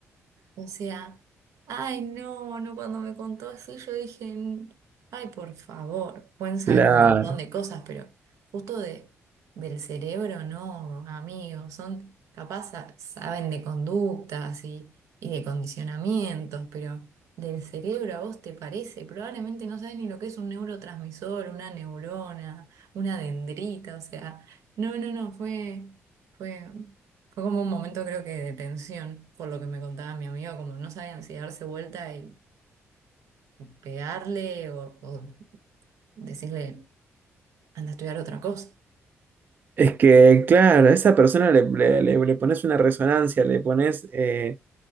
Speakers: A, on the right (about 80°); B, on the right (about 35°).
A: O sea, ay, no, no, cuando me contó así, yo dije, "N- ay, por favor, pueden saber
B: claro.
A: un montón de cosas, pero justo de, del cerebro, no, amigos, son capaz, sa- saben de conductas y, y de condicionamientos, pero del cerebro a vos te parece, probablemente no sabes ni lo que es un neurotransmisor, una neurona, una dendrita, o sea, no, no, no, fue, fue. Fue como un momento creo que de tensión, por lo que me contaba mi amigo, como no sabían si darse vuelta y, y pegarle o, o decirle, anda a estudiar otra cosa,
B: Es que, claro, a esa persona le, le- le- le pones una resonancia, le pones, eh,